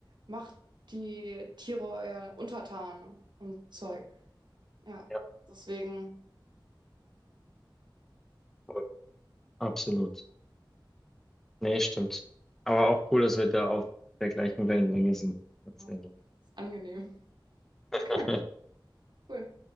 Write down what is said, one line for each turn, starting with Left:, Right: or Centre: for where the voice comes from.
Right: macht die Tiere euer Untertan und so Zeug. Ja,
Centre: Ja,
Right: deswegen
Centre: voll. absolut. Nee, stimmt. Aber auch cool, dass wir da auf der gleichen Wellenlänge sind. Tatsächlich.
Right: ja, ist angenehm. Okay,
Centre: <laughs>
Right: cool.